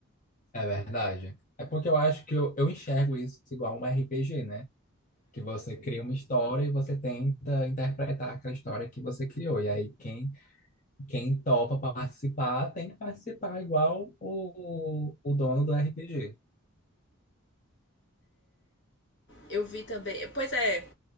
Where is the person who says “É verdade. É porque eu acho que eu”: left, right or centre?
Left